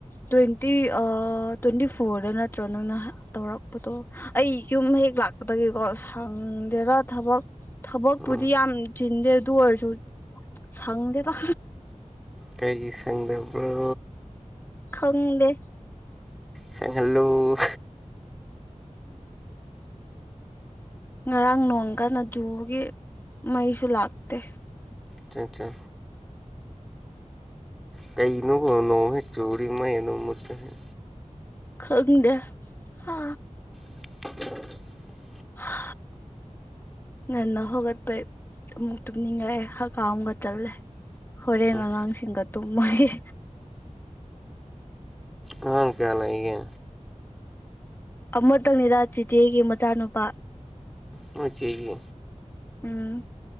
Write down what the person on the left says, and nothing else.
ꯇ꯭ꯋꯦꯟꯇꯤ ꯑꯥ ꯇ꯭ꯋꯦꯟꯇꯤ ꯐꯣꯔꯗ ꯅꯠꯇ꯭ꯔꯣ ꯅꯪꯅ ꯍꯥꯟ ꯇꯧꯔꯛꯄꯗꯣ ꯑꯣ ꯑꯩ ꯌꯨꯝ ꯍꯦꯛ ꯂꯥꯛꯄꯗꯒꯤꯀꯣ ꯁꯪꯗꯦꯕꯥ ꯊꯕꯛ ꯊꯕꯛꯄꯨꯗꯤ
ꯌꯥꯝ ꯆꯤꯟꯗꯦ ꯑꯗꯨ ꯑꯣꯏꯔꯁꯨ ꯁꯪꯗꯦ ꯗ
ꯈꯪꯗꯦ
ꯉꯔꯥꯡ ꯅꯣꯡ ꯀꯟꯅ ꯆꯨꯕꯒꯤ ꯃꯩꯁꯨ ꯂꯥꯛꯇꯦ
ꯈꯪꯗꯦ ꯍꯥ
ꯍꯥ ꯉꯟꯅ ꯍꯧꯒꯠꯄꯩ ꯑꯃꯨꯛ ꯇꯨꯝꯅꯤꯡꯉꯛꯑꯦ ꯍꯥꯀꯥꯝꯒ ꯆꯜꯂꯦ ꯍꯣꯔꯦꯟ
ꯑꯉꯥꯡꯁꯤꯡꯒ ꯇꯨꯝꯃꯒꯦ
ꯑꯃꯇꯪꯅꯤꯗ ꯆꯤꯆꯦꯒꯤ ꯃꯆꯥꯅꯨꯄꯥ
ꯎꯝ